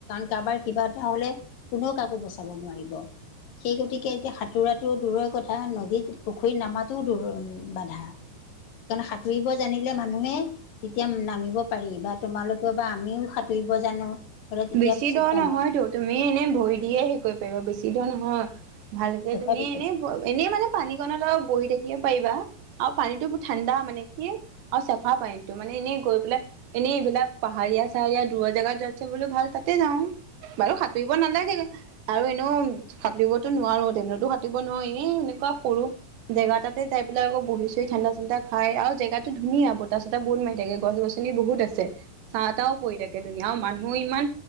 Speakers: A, on the left; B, on the right.
A: কাৰোবাৰ কিবা এটা হলে কোনেও কাকো বচাব নোৱাৰিব। সেই গতিকে এতিয়া সাঁতোৰাটো দূৰৰ কথা নদীত পুখুৰীৰ নামাটোও দূৰ বাধা। কাৰণে সাঁতুৰিব জানিলে মানুহে। তেতিয়া নামিব পাৰি বা তোমালোকেও বা আমিও সাঁতুৰিব জানো। বোলে তেতিয়া
B: বেছি
A: চিন্তা
B: দৰ নহয়তো
A: নাই
B: তুমি এনে ভৰি দিয়ে হে কৰিব পাৰিবা বেছি দৰ নহয়। ভালকে
A: তথাপিতো
B: তুমি এনেই এনেই মানে। পানীকণত বহি থাকিব পাৰিবা আৰু পানীতটো ঠাণ্ডা মানে কি আৰু চাফা পাইনো মানে এনেই গৈ পেলাই এনেই এইবিলাক পাহাৰীয়া চাহাৰীয়া দূৰৰ জাগগাত য বোলো ভাল তাতে যাওঁ বাৰু সাঁতুৰিব নালাগে আৰু এনেও সাটিবতো নোৱাৰো তেনতো সাটিব নোৱাৰো এ এনেকুৱা সৰু জেগাতোইবাক আক বি চহি ঠাণ্ডা ঠাণ্া খাই আৰু জেগাটো ধুনীয়া বত চ বত বুত মাৰি থাকে গছ গছ বহুত আছে চাহ তাহও পৰি থাকে ধুনীয়া মানুহো ইমান